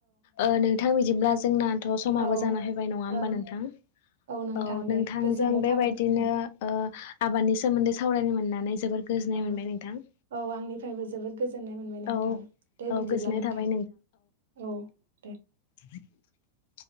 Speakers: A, on the left; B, on the right.
A: ओ नोंथां बिदिब्ला जोंनाथ' समाबो
B: औ
A: जाना हो बाय नङा
B: औ
A: होमबा नोंथां
B: नोंथां
A: औ नोंथांजों
B: दे गोजोननाय
A: बेबायदिनो
B: थाबाय नोंथां
A: ओ आबादनि सोमोन्दै सावरायनो मोननानै जोबोर गोजोननाय
B: औ
A: मोनबाय नोंथां।
B: औ आंनिफ्रायबो जोबोद गोजोननाय मोनबाय नोंथां
A: औ
B: दे
A: औ
B: बिदिब्ला
A: गोजोननाय
B: नोंथां।
A: थाबाय
B: औ दे।
A: <inaudible>